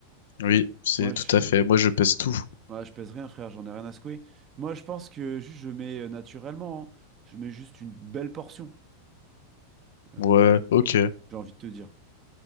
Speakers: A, on the left; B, on the right.
A: Oui, c'est
B: Moi
A: tout
B: je,
A: à fait. Moi, je pèse tout.
B: moi, je pèse rien frère, j'en ai rien à secouer. Moi je pense que juste je mets euh, naturellement, hein. Je mets juste une belle portion, euh,
A: Ouais, ok.
B: j'ai envie de te dire.